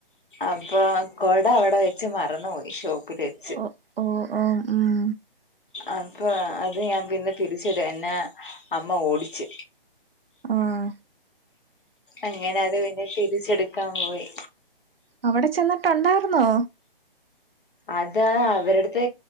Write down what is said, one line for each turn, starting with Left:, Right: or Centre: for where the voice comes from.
Left: അപ്പൊ കൊട അവ്ടെ വെച്ച് മറന്ന് പോയി. ഷോപ്പില് വെച്ച്
Right: ഓ ഓ ഓ ഉം
Left: അപ്പൊ അത് ഞാൻ പിന്നെ തിരിച്ചിട എന്നെ അമ്മ ഓടിച്ച്
Right: ആഹ്
Left: അങ്ങനെ അത് പിന്നെ തിരി ചെട്ക്കാംപോയി
Right: അവിടെ ചെന്ന്ട്ടൊണ്ടായിരുന്നോ?
Left: അത് അവരെട്ത്ത്